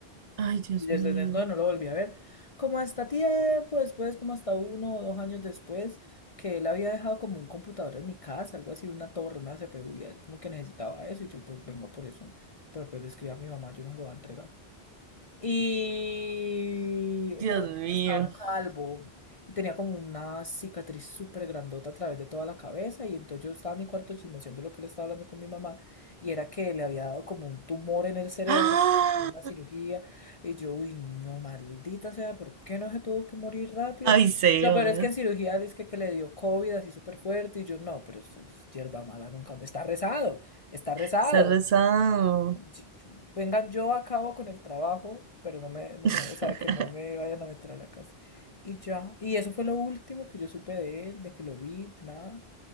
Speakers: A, on the right; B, on the left.
A: Ay, Dios
B: Y desde
A: mío.
B: entonces no, no lo volví a ver. Como hasta tiempo después, como hasta uno o dos años después, que él había dejado como un computador en mi casa, algo así, una torre, una CPU, y él como que necesitaba eso, y yo pues vengo por eso. Pero pues le escribí a mi mamá, yo no se lo voy a entregar. Y
A: Dios
B: cuando
A: mío.
B: el tipo estaba
A: <gasps>
B: calvo y tenía como una cicatriz súper grandota a través de toda la cabeza, y entonces yo estaba en mi cuarto chismoseando lo que le estaba hablando con mi mamá, y era que le había dado como un tumor en el cerebro,
A: ¡Ah!
B: una cirugía, y yo, uy, no, maldita sea, ¿por qué no se tuvo que morir rápido?
A: Ay, Sebas.
B: Lo peor es que en cirugía dice que, que le dio COVID así súper fuerte, y yo, no, pero eso es hierba mala, nunca, está rezado, está rezado
A: Se ha rezado.
B: sí, venga yo a cabo con el trabajo, pero no me, no
A: <laughs>
B: me, o sea, que no me vayan a meter a la cárcel. Y ya, y eso fue lo último que yo supe de él, de que lo vi, de nada.